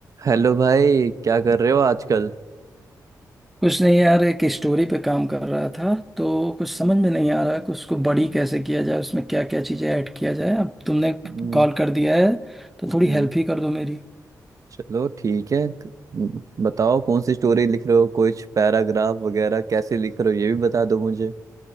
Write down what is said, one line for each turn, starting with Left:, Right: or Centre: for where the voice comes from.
Right: Hello भाई क्या कर रहे हो आजकल
Centre: कुछ नहीं यार एक स्टोरी पे काम कर रहा था तो कुछ समझ में नहीं आ रहा कि उसको बड़ी कैसे किया जाए उसमें क्या क्या चीज़ें ऐड किया जाए अब तुमने
Right: हम्म,
Centre: कॉल कर दिया है तो थोड़ी
Right: हम्म,
Centre: हेल्प ही कर दो मेरी
Right: चलो ठीक है क- हम्म, बताओ कौन सी स्टोरी लिख रहे हो कुछ पैराग्राफ वगैरह कैसे लिख रहे हो ये भी बता दो मुझे